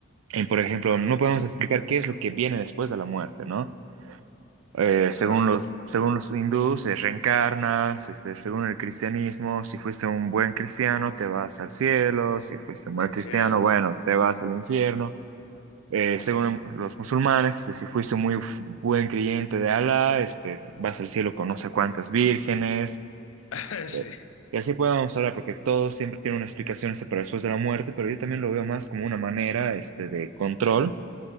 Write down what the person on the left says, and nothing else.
Claro,
claro,
al
cielo,
sí.
<laughs> Sí,